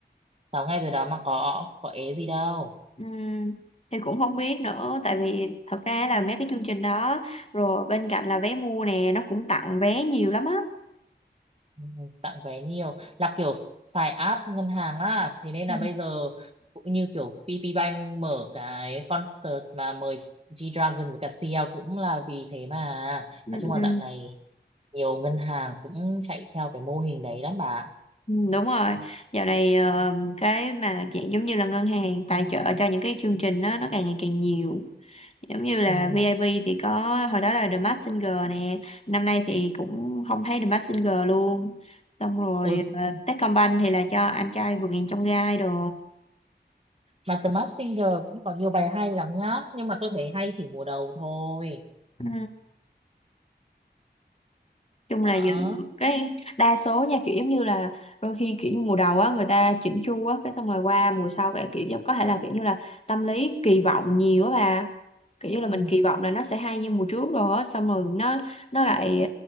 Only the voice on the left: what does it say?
Ừm, thì cũng không biết nữa tại vì thật ra là mấy cái chương trình đó rồi bên cạnh là vé mua nè nó cũng tặng vé nhiều lắm á
Ừ.
Ừ,
ừ,
ừ, đúng rồi dạo này ờ, cái mà dạng giống như là ngân hàng tài trợ cho những cái chương trình đó nó càng ngày càng nhiều giống như là
VIP thì có hồi đó là The Masked Singer nè năm nay thì cũng không thấy The Masked Singer luôn xong rồi
ờ, Techcombank thì là cho anh trai vượt ngàn chông gai đồ
Ừ. chung là
giờ cái đa số nha kiểu giống như là đôi khi kiểu như mùa đầu á người ta chỉnh chu á cái xong rồi qua mùa sau cái kiểu giống- có thể là kiểu như là tâm lý kỳ vọng nhiều á bà kiểu như là
mình kỳ vọng là nó sẽ hay như mùa trước rồi á xong rồi nó nó lại